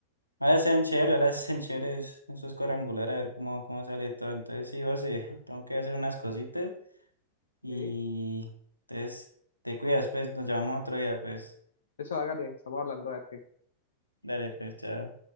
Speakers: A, on the left; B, on the left.
A: ahora sean chéveres, ahora <laughs> sean chéveres esos cuadrangulares, a ver cómo, cómo sale todo. Entonces, sí, José, <laughs> tengo que hacer unas cositas y
B: Sí,
A: entonces te cuidas, pues nos llamamos otro día, pues.
B: eso hágale, estamos hablando a ver qué.
A: Dale, pues, chao.